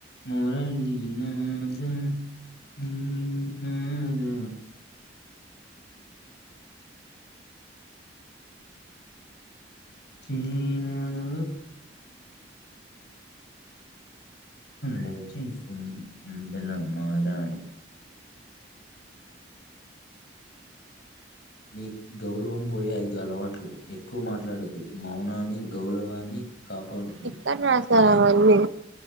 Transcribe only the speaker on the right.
ఎక్కడ రాశారు
అవన్నీ